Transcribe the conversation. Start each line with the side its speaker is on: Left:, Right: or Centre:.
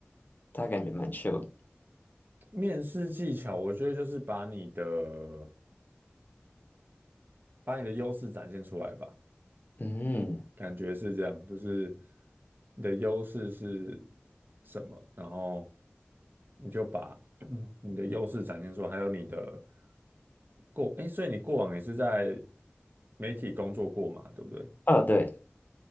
Left: 他感觉蛮 chill 的
Right: 面试技巧，我觉得就是把你的。把你的优势展现出来吧，
Left: 嗯，
Right: 感觉是这样，就是你的优势是什么，然后你就把嗯你的优势展现出来，还有你的过，哎，所以你过往也是在媒体工作过嘛，对不对？
Left: 哦对，